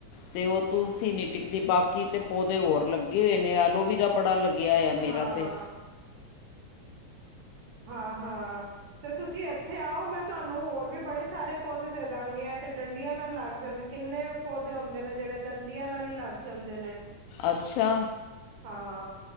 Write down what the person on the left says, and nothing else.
ਤੇ ਉਹ ਤੁਲਸੀ ਨੀ ਟਿਕਦੀ ਬਾਕੀ ਤੇ ਪੌਦੇ ਹੋਰ ਲੱਗੇ ਹੋਏ ਨੇ ਐਲੋਵੀਰਾ ਬੜਾ ਲੱਗਿਆ ਹੋਯੋ ਮੇਰਾ
ਤੇ
ਅੱਛਾ।